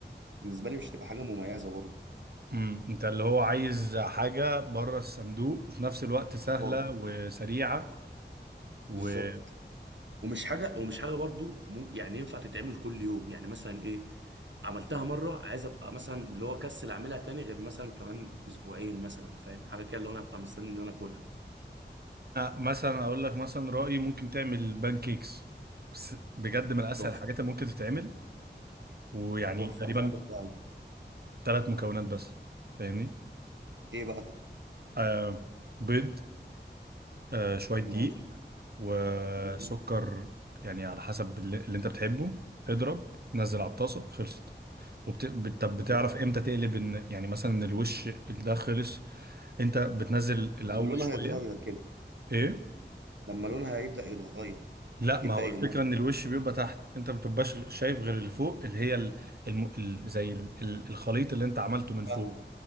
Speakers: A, on the right (about 90°); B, on the right (about 60°).
A: بالنسبه لي مش تبقى حاجه مميزه برضه
B: امم انت اللي هو عايز حاجه بره الصندوق وفي نفس الوقت سهله
A: اه
B: وسريعه وانا
A: بالظبط ومش حاجه ومش حاجه برضو ممكن يعني ينفع تتعمل كل يوم يعني مثلا ايه عملتها مره عايز ابقى مثلا اللي هو كسل اعملها تاني غير مثلا كمان اسبوعين مثلا فاهم حاجه كده اللي هو انا ابقى مستني ان انا اكلها
B: مثلا اقول لك مثلا رايي ممكن تعمل بانكيكس بس بجد من اسهل
A: تحفه
B: الحاجات اللي ممكن تتعمل ويعني
A: تحفة
B: تقريبا
A: أنا فعلا بحبها أوي
B: ثلاث مكونات بس فاهمني
A: إيه بقى؟
B: آه بيض آه شوية دقيق
A: ماشي
B: وسكر
A: جميل
B: يعني على حسب اللي, اللي انت بتحبه اضرب نزل على الطاسة خلصت وبت... بت... طب بتعرف
A: بجد والله.
B: امتى تقلب ان يعني مثلا ان الوش ده خلص انت بتنزل الاول
A: لما لونها
B: شوية
A: يتغير كده
B: ايه
A: لما لونها هيبدأ يتغير
B: لا ما
A: يبدأ
B: هو
A: يغمق
B: الفكرة ان الوش بيبقى تحت انت ما بتبقاش شايف غير اللي فوق اللي هي ال... الم... ال... زي ال... ال- الخليط اللي انت عملته من فوق
A: فاهمك